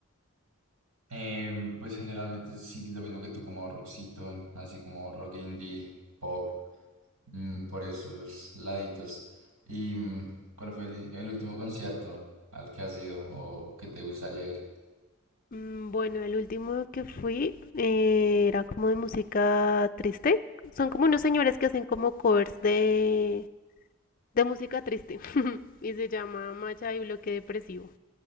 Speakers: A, on the right (about 85°); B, on the left (about 40°).
A: Em, pues generalmente sí, lo mismo que tú, como rockcito, así como rock indie, pop, mm, por esos laditos. ¿Y mm, cuál fue el, el último concierto al que has ido o que te gustaría ir?
B: Mm, Bueno, el último que fui eh, era como de música triste. Son como unos señores que hacen como covers de, de música triste <laughs> y se llama Macha y Bloque Depresivo.